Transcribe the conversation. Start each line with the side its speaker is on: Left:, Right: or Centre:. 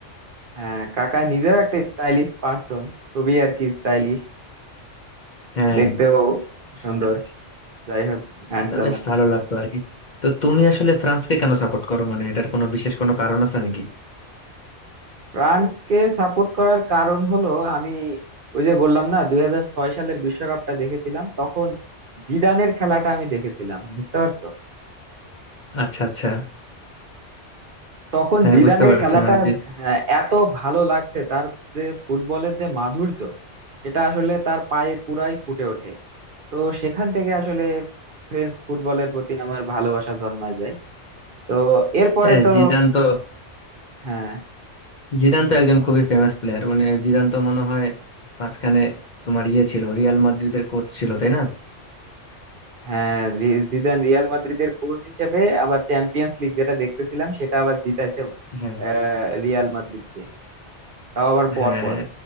Right: হ্যাঁ কাকা নিজেও একটা স্টাইলিশ পার্সন খুবই আর কি স্টাইলিশ
Left: হ্যাঁ
Right: দেখতেও সুন্দর
Left: হ্যাঁ।
Right: যাই হোক হ্যান্ডসাম
Left: তা বেশ ভালো লাগতো আর কি তো তুমি আসলে ফ্রান্সকে কেন সাপোর্ট করো মানে এটার কোনো বিশেষ কোনো কারণ আছে নাকি
Right: ফ্রান্সকে সাপোর্ট করার কারণ হলো আমি ওই যে বললাম না দুই হাজার ছয় সালের বিশ্বকাপটা দেখেছিলাম তখন জিদানের খেলাটা আমি দেখেছিলাম বুঝতে পারছো
Left: আচ্ছা আচ্ছা
Right: তখন
Left: হ্যাঁ
Right: জিদানের
Left: বুঝতে পারছি
Right: খেলাটা
Left: মানে যে
Right: হ্যাঁ, এত ভালো লাগছে তার যে ফুটবলের যে মাধুর্য সেটা আসলে তার পায়ে পুরাই ফুটে ওঠে তো সেখান থেকে আসলে ফ্রেঞ্চ ফুটবলের প্রতি আমার ভালোবাসা জন্মায় যায় তো এরপরে
Left: হ্যাঁ,
Right: তো
Left: জিদান তো
Right: হ্যাঁ
Left: জিদান তো একজন খুবই ফেমাস প্লেয়ার মানে জিদান তো মনে হয় মাঝখানে তোমার ইয়ে ছিল রিয়াল মাদ্রিদের কোচ ছিল তাই না
Right: হ্যাঁ রি- জিদান রিয়াল মাদ্রিদের কোচ হিসেবে আবার চ্যাম্পিয়ন্স লিগ যেটা দেখতেছিলাম সেটা আবার জিতাইছে
Left: হ্যাঁ
Right: আহ, রিয়াল মাদ্রিদকে তাও আবার পর
Left: হ্যাঁ
Right: পর